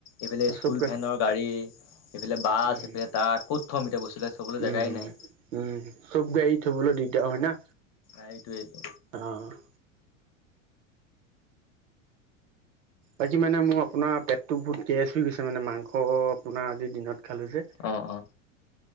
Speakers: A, on the left; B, on the right.
A: এইফালে স্কুল
B: চবকে
A: ভেনক গাড়ী এইফালে বাছ,
B: উম।
A: এইফালে ট্ৰাক, ক'ত থ'ম এতিয়া বস্তু চব
B: উম,
A: জেগাই নাই।
B: উম, চব গাড়ী থবলৈ দিগদাৰ হয় না।
A: এইটোয়েইটো।
B: অ'। বাকী মানে মোৰ আপোনাৰ পেটটো বহুত গেছ হৈ গৈছে, মানে মাংস আপোনাৰ আজিৰ দিনত খালোঁ যে।
A: অঁ অঁ